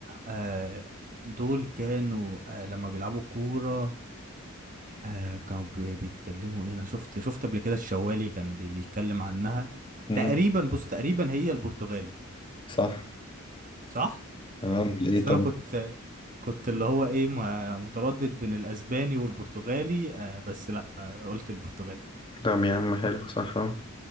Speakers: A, on the right; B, on the left.
A: آه دول كانوا آه لما بيلعبوا كورة آه كانوا بي- بيتكلموا ايه انا شفت شفت قبل كده الشوالي كان بيتكلم عنها
B: مم.
A: تقريبا بص تقريبا هي البرتغالي
B: صح
A: صح
B: اه
A: اه
B: ايه
A: بس
B: طب
A: انا كنت كنت اللي هو ايه ما- متردد بين الاسباني والبرتغالي آه بس لا آه قلت البرتغالي
B: طب يا عم حلو صح اه